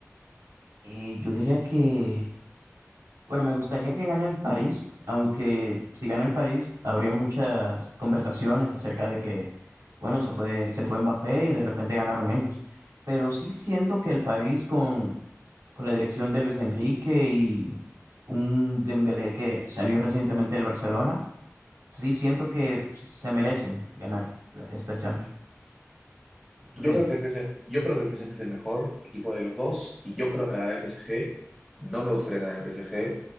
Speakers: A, on the right; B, in the centre.
A: Eh, yo diría que Bueno, me gustaría que gane el París, aunque si gana el París habría muchas conversaciones acerca de que, bueno, se fue, se fue Mbappé y de repente ganaron ellos. Pero sí siento que el París con, con la dirección de Luis Enrique y un Dembélé que salió recientemente del Barcelona, sí siento que se merecen ganar la- esta Champions. ¿Tú
B: Yo
A: qué dices?
B: creo que el PSG, yo creo que el PSG es el mejor equipo de los dos y yo creo que la gana el PSG. No me gustaría ganar el PSG,